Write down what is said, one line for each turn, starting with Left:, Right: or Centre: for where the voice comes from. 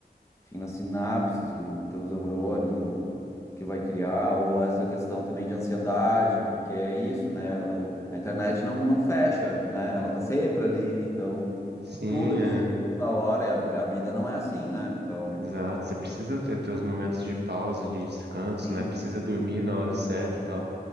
Left: enfim, nas sinapses dos teus neurônios, o, o que vai criar, ou essa questão também de ansiedade, porque é isso, né? o- a internet não, não fecha, né? Ela tá sempre ali, então
Right: Sim,
Left: tudo é possível
Right: é,
Left: toda hora, e a, vi- a vida não é assim, né? Então,
Right: exato. Você precisa ter teus momentos de pausa, de descanso,
Left: sim,
Right: né? Precisa dormir na hora certa e tal.